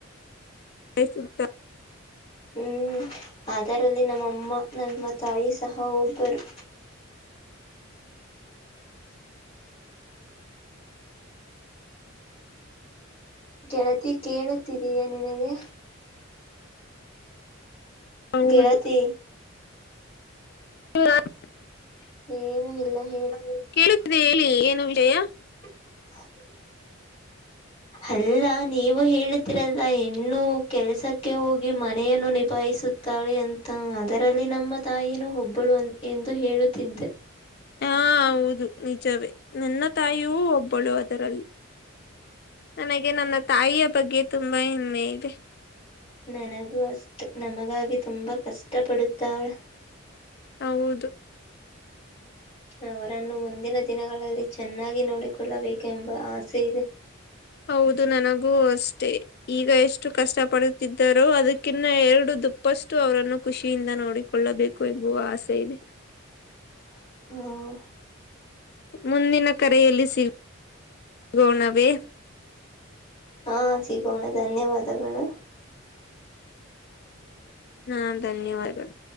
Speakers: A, on the left (about 50°); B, on the left (about 30°).
A: <unintelligible>
B: ಹ್ಮ್ ಅದರಲ್ಲಿ ನಮ್ಮಮ್ಮ ನನ್ನ ತಾಯಿ ಸಹ ಒಬ್ಬರು ಗೆಳತಿ ಕೇಳುತ್ತಿದ್ದೀಯಾ ನಿನಗೆ
A: ಹೌದು
B: ಗಳತಿ
A: ಹ
B: ಏನು ಇಲ್ಲ ಹೇಳಿ
A: ಕೇಳುತ್ತಿದೆ ಹೇಳಿ ಏನು ವಿಜಯ
B: <unintelligible> ಅಲ್ಲ ನೀವು ಹೇಳತಿೀರಲ್ಲ ಇನ್ನುೂ ಕೆಲ್ಸಕ್ಕೆ ಹೋಗಿ ಮನೆಯನ್ನು ನಿಭಾಯಿಸಿ ಸುತ್ತಾಳೆ ಅಂತ ಅದರಲ್ಲಿ ನಮ್ಮ ತಾಯಿನ ಒಬ್ಬಳು ಅ ಎಂದು ಹೇಳುತ್ತಿದ್ದೆ
A: ಹಾ ಹೌದು ನಿಜವೇ ನನ್ನ ತಾಯೂ ಒಬ್ಬಳು ಅದರಲ್ಲಿ ನನಗೆ ನನ್ನ ತಾಯಿಯ ಬಗ್ಗೆ ತುಂಬಾ ಹೆಮ್ಮೆ ಇದೆ
B: ನನಗೂ ಅಷ್ಟ ನಮಗಾಗಿ ತುಂಬಾ ಕಷ್ಟ ಪಡುತ್ತಾವಳ
A: ಹೌದು
B: ಅವರನ್ನು ಮುಂದಿನ ದಿನಗಳಲ್ಲಿ ಚೆನ್ನಾಗಿ ನೋಡಿಕೊಳ್ಳಬೇಕು ಎಂಬ ಆಸೆ ಇದೆ
A: ಹೌದು ನನಗೂ ಅಷ್ಟೇ ಈಗ ಎಷ್ಟು ಕಷ್ಟ ಪಡುತ್ತಿದ್ದರೋ ಅದಕ್ಕಿನ್ನ ಎರಡು ದು ತಪ್ಪಷ್ಟು ಅವರನ್ನು ಖುಷಿಯಿಂದ ನೋಡಿಕೊಳ್ಳಬೇಕು ಎಂಬುವ ಆಸೆ ಇದೆ
B: ಹ್ಮ
A: ಮುಂದಿನ ಕರೆಯಲ್ಲಿ ಸಿಗಗೋಣವೇ
B: ಹಾ ಸಿಗೋಣ ಧನ್ಯವಾದಗಳು
A: ಹಾ ಧನ್ಯವಾದಗಳು